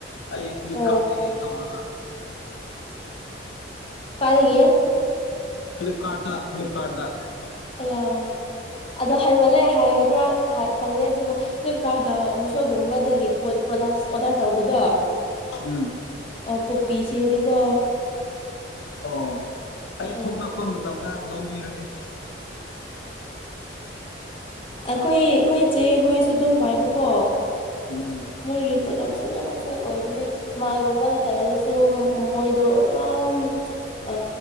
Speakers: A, on the left; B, on the left.
A: ꯑꯩ ꯐ꯭ꯂꯤꯞꯀꯥꯔꯠꯇꯗꯒꯤ
B: ꯑꯣ
A: ꯂꯧꯔꯒ
B: ꯀꯂꯒꯤ
A: ꯐꯤꯂꯤꯞꯀꯥꯔꯥ ꯐꯤꯂꯤꯞꯀꯥꯔ
B: ꯑꯣꯌꯥ ꯑꯗꯣ ꯍꯥꯏꯃꯜꯂꯦ ꯍꯥꯏꯒꯗ꯭ꯔꯥ ꯈꯪꯗꯦ ꯑꯗꯨꯕꯨ ꯐ꯭ꯂꯤꯞꯀꯥꯔꯠꯒ ꯃꯤꯁꯣꯒꯨꯝꯕꯗꯒꯤ ꯄꯣꯠ ꯄ꯭ꯔꯗꯛꯁ ꯑꯣꯔꯗꯔ ꯇꯧꯕꯗꯣ
A: ꯎꯝ
B: ꯑ ꯀꯣꯄꯤꯁꯤꯡꯅꯤꯀꯣ
A: ꯑꯣ ꯑꯩ
B: ꯎꯝ
A: ꯊꯣꯛꯂꯛꯄ ꯃꯇꯝꯗ ꯂꯤꯔꯒꯦ
B: ꯑꯩꯈꯣꯏ ꯑꯩꯈꯣꯏ ꯆꯦ ꯍꯣꯏꯁꯨ ꯑꯗꯨꯝ ꯄꯥꯏꯕꯀꯣ
A: ꯎꯝ <inaudible>
B: ꯃꯣꯏꯒꯤ ꯄ꯭ꯔꯗꯛꯁꯨ ꯌꯥꯝ ꯐꯦꯛ ꯑꯣꯏꯕꯅꯤ ꯃꯥꯏꯒꯨꯝꯕꯗ ꯇꯥꯏꯔꯁꯨ ꯃꯣꯏꯗꯣ ꯌꯥꯝ ꯑ